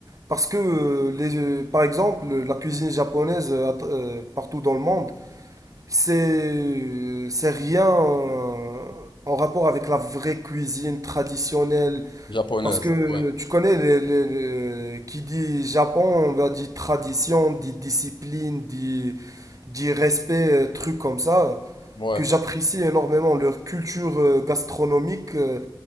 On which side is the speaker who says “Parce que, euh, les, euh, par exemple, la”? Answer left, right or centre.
Right